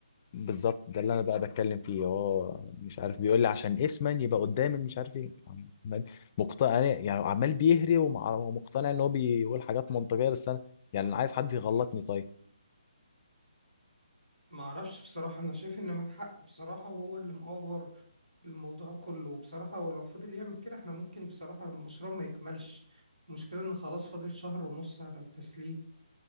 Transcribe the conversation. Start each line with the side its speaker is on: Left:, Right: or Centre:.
Left: بالظبط ده اللي انا بقى بتكلم فيه هو مش عارف بيقول لي عشان اسما يبقى قدام مش عارف ايه عمال مقتنع يعني يعني عمال بيهري ومع- ومقتنع ان هو بيقول حاجات منطقيه بس انا يعني انا عايز حد يغلطني طيب
Right: ما اعرفش بصراحة انا شايف ان معاك حق بصراحة وهو اللي مأفور الموضوع كله بصراحة ولو فضل يعمل كده احنا ممكن بصراحة المشروع ما يكملش المشكلة ان خلاص فاضل شهر ونص على التسليم